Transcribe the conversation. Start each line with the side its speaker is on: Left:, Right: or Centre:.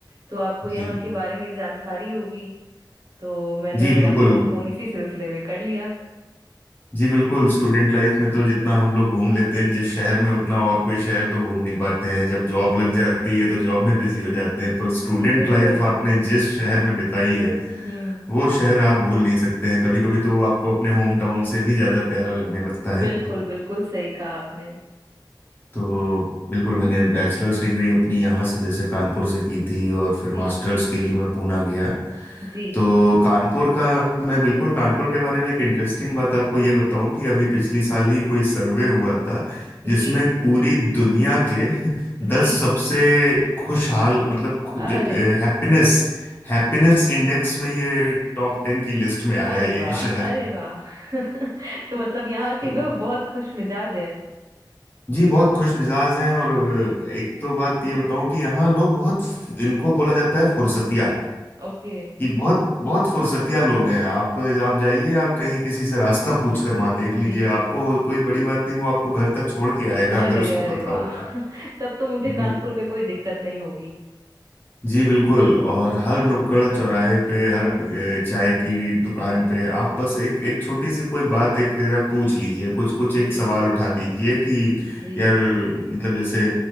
Right: तो आपको यहाँ
Left: जी
Right: के बारे में जानकारी होगी तो मैंने
Left: जी बिल्कुल
Right: आपको फोन इसी सिलसिले में कर लिया
Left: जी बिल्कुल स्टूडेंट लाइफ में तो जितना हम लोग घूम लेते
Right: जी
Left: हैं जिस शहर में उतना और कोई शहर तो घूम नहीं पाते हैं जब जॉब
Right: जी
Left: लग जाती है तो जॉब में बिजी हो जाते हैं पर स्टूडेंट
Right: जी बिल्कुल
Left: लाइफ आपने जिस शहर में बिताई है
Right: हम्म
Left: वो शहर आप भूल नहीं सकते हैं कभी कभी तो वो आपको अपने होम टाउन से भी ज्यादा प्यारा लगने लगता है
Right: बिल्कुल बिल्कुल सही कहा आपने
Left: तो बिल्कुल मैंने बैचलर्स डिग्री अपनी यहाँ से जैसे कानपुर से की थी और फिर
Right: जी
Left: मास्टर्स के लिए मैं पूना गया
Right: जी
Left: तो कानपुर का मैं बिल्कुल कानपुर के बारे में एक इंटरेस्टिंग बात आपको ये बताऊं कि अभी पिछली साल ही कोई सर्वे हुआ था जिसमें
Right: जी
Left: पूरी दुनिया के दस
Right: जी
Left: सबसे खुशहाल मतलब
Right: अरे
Left: हैप्पीनेस हैप्पीनेस इंडेक्स में ये टॉप टेन की लिस्ट में आया
Right: अरे
Left: है ये
Right: वाह अरे
Left: शहर
Right: वाह <laughs> तो मतलब यहाँ के
Left: तो
Right: लोग बहुत खुश मिजाज हैं
Left: जी बहुत खुश मिजाज हैं और अ, एक तो बात ये बताऊं कि यहाँ लोग बहुत इनको बोला जाता है फुर्सतिया
Right: ओके
Left: कि बहुत बहुत फुर्सतिया लोग हैं आप आप जाइए आप कहीं किसी से रास्ता पूछ कर वहां देख लीजिए
Right: जी
Left: आपको कोई बड़ी बात नहीं वो आपको घर तक छोड़ के आएगा
Right: अरे
Left: अगर उसको
Right: अरे
Left: पता
Right: वाह
Left: होगा
Right: <laughs> तब तो मुझे
Left: जी
Right: कानपुर में कोई दिक्कत नहीं होगी
Left: जी बिल्कुल और हर नुक्कड़ चौराहे पे हर ए, चाय की दुकान
Right: जी
Left: पे आप बस एक एक छोटी सी कोई बात एक जरा पूछ लीजिए कुछ कुछ एक
Right: जी
Left: सवाल उठा दीजिए कि
Right: जी
Left: यार मतलब जैसे